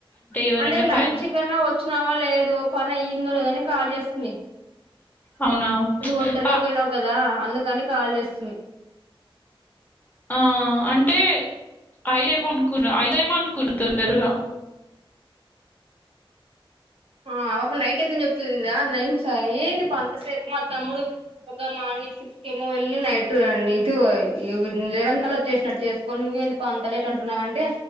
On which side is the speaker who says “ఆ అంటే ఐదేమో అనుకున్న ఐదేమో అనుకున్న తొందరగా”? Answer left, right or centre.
Left